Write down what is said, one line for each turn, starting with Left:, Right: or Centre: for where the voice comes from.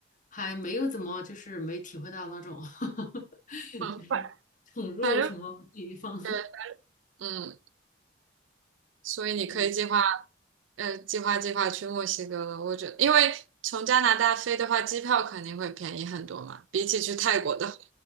Left: 还没有怎么就是没体会到那种 <laughs>
Right: 嗯，
Left: 就是宠入什么地方，
Right: 反反正对，嗯，所以你可以计划。
Left: <laughs> 嗯
Right: 呃，计划计划去墨西哥了。我觉得，因为从加拿大飞的话，机票肯定会便宜很多嘛，比起去泰国的。
Left: 啊